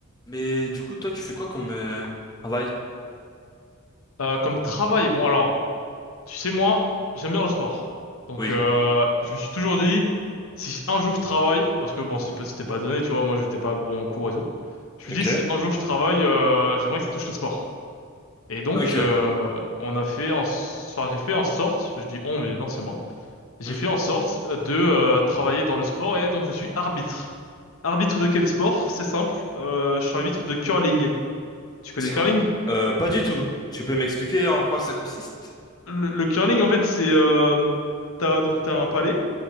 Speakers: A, on the left (about 20°); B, on the left (about 70°).
A: Mais du coup, toi, tu fais quoi comme euh, travail?
B: Euh, comme travail, bon alors, tu sais moi, j'aime bien le sport. Donc
A: Oui.
B: euh, je me suis toujours dit, si un jour je travaille, parce que bon, c'est pas- c'était pas donné, tu vois, moi j'étais pas bon en cours et tout. Je me
A: Ok.
B: suis dit, si un jour je travaille, euh, j'aimerais que ça touche le sport. Et donc
A: Ok.
B: euh, on a fait en, s- enfin j'ai fait en sorte, je dis on mais non c'est moi, j'ai
A: Hmm.
B: fait en sorte euh, de euh, travailler dans le sport et donc je suis arbitre. Arbitre de quel sport? C'est simple, euh, je suis arbitre de curling. Tu connais
A: C'est
B: le curling?
A: quoi? Euh, pas du tout. Tu peux m'expliquer en quoi ça consiste?
B: le, le curling, en fait, c'est euh, t'as donc t'as un palais,